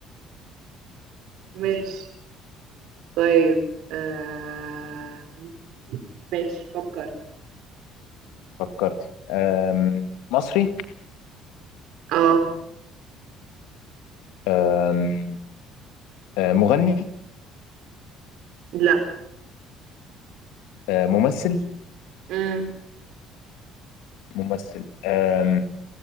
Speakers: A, on the right (about 70°); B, on the left (about 70°).
A: ماشي طيب آه... ماشي فكرت
B: فكرت آم، مصري
A: اه
B: آم، آه، مغني
A: لا
B: آه، ممثل
A: مم.
B: ممثل آم